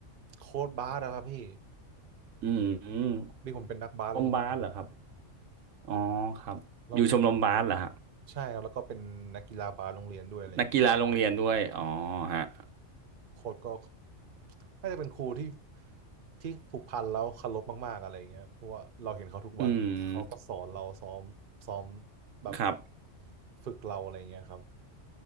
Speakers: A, on the right; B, on the right.
A: โค้ดบาสอะครับพี่
B: อืม
A: พอดีผมเป็นนักบาสโรงเรียน
B: ชมรมบาสเหรอครับอ๋อครับอยู่ชมรมบาสเหรอฮะ
A: เรา ใช่ครับแล้วก็เป็นนักกีฬาบาสโรงเรียนด้วยอะไรอย่างเงี้ย
B: นักกีฬาโรงเรียนด้วยอ๋อฮะ
A: โค้ชก็น่าจะเป็นครูที่ที่ผูกพันแล้วเคารพมากๆอะไรอย่างเงี้ยเพราะว่าเราเห็นเขาทุกวันเขาก็สอนเราซ้อมซ้อม
B: อืม
A: แบบ
B: ครับ
A: ฝึกเราอะไรอย่างเงี้ยครับ